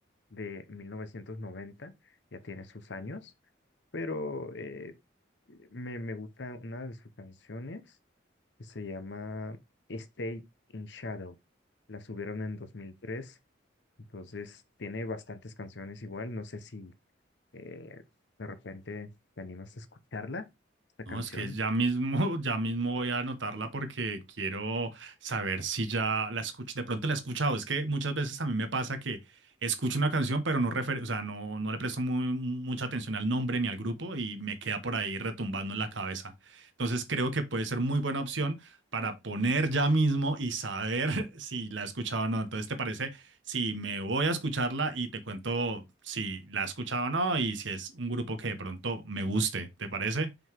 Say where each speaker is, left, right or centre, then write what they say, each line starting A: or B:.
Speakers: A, on the left; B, on the right.
A: de mil novecientos noventa ya tiene sus años, pero eh, me, me gusta una de sus canciones que se llama Stay in Shadow. La subieron en dos mil tres entonces tiene bastantes canciones igual, no sé si Eh, de repente te animas a escucharla, esta canción.
B: No, es que ya mismo, <laughs> ya mismo voy a anotarla porque quiero saber si ya la escuché. De pronto la he escuchado. Es que muchas veces a mí me pasa que escucho una canción, pero no refer- o sea, no, no le presto muy- mucha atención al nombre ni al grupo y me queda por ahí retumbando en la cabeza. Entonces creo que puede ser muy buena opción para poner ya mismo y saber <laughs> si la he escuchado o no. Entonces, ¿te parece si me voy a escucharla y te cuento si la he escuchado o no y si es un grupo que de pronto me guste? ¿Te parece?